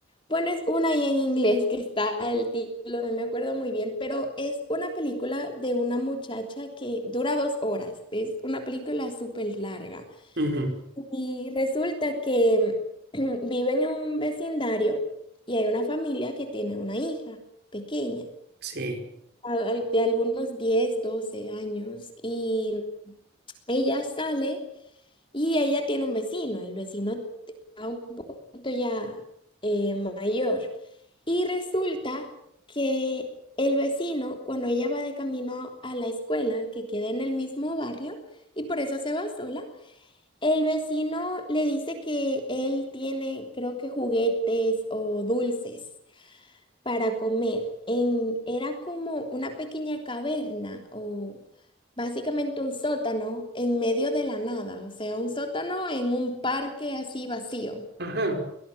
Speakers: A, on the left; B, on the right.
A: Bueno, es una ahí en inglés que está el título, no me acuerdo muy bien, pero es una película de una muchacha que dura dos horas. Es una película súper larga.
B: Ujú,
A: Y resulta que <clears throat> vive en un vecindario y hay una familia que tiene una hija pequeña,
B: Sí.
A: a- al- de algunos 10 12 años, y ella sale. Y ella tiene un vecino, el vecino está un poquito ya eh, mayor. Y resulta que el vecino, cuando ella va de camino a la escuela, que queda en el mismo barrio, y por eso se va sola, el vecino le dice que él tiene, creo que juguetes o dulces para comer. En, era como una pequeña caverna o básicamente un sótano en medio de la nada, o sea, un sótano en un parque así vacío.
B: Ajá.